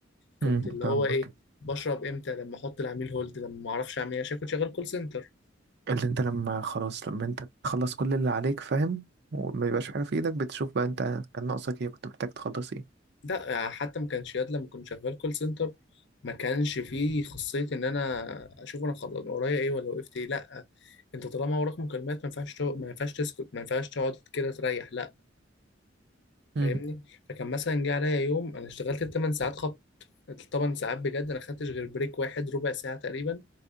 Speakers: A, on the left (about 65°); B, on the right (about 60°).
A: كنت
B: امم
A: اللي
B: فاهمك
A: هو ايه بشرب امتى لما احط العميل هولد لما ما اعرفش اعمل ايه عشان كنت شغال كول سنتر
B: اللي أنت لما خلاص لما أنت تخلص كل اللي عليك فاهم وما يبقاش حاجة في إيدك بتشوف بقى أنت كان ناقصك إيه كنت محتاج تخلص إيه
A: لا حتى ما كانش ياد لما كنت شغال كول سنتر ما كانش فيه خاصية ان انا اشوف انا خلاص ورايا ايه ولا وقفت ايه لا انت طالما وراك مكالمات ما ينفعش تو- ما ينفعش تسكت ما ينفعش تقعد كده تريح لا
B: امم
A: فاهمني فكان مثلا جه عليا يوم انا اشتغلت الثمان ساعات خبط الثمان ساعات بجد انا خدتش غير بريك واحد ربع ساعة تقريبا